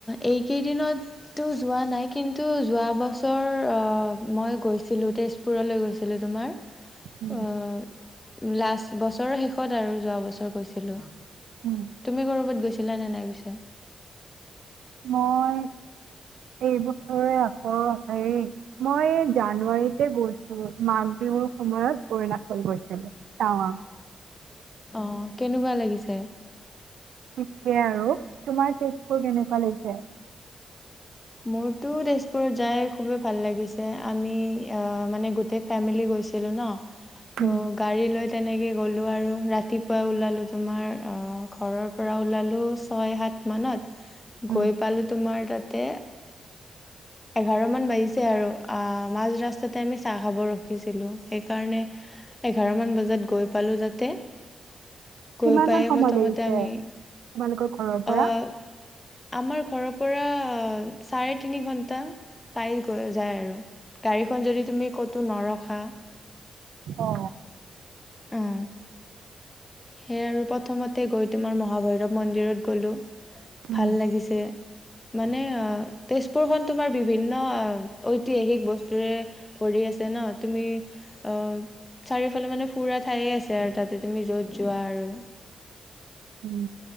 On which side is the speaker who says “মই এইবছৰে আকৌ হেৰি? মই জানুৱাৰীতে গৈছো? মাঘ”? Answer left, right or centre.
Right